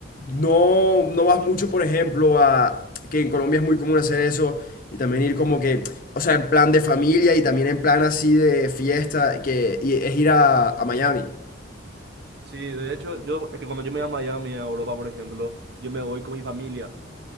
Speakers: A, on the left; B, on the right.
A: y no, no vas mucho, por ejemplo, a que en Colombia es muy común hacer eso y también ir como que, o sea, en plan de familia y también en plan así de fiesta, que y es ir a, a Miami.
B: Sí, de hecho, yo, es que cuando yo me voy a Miami, a Europa, por ejemplo, yo me voy con mi familia.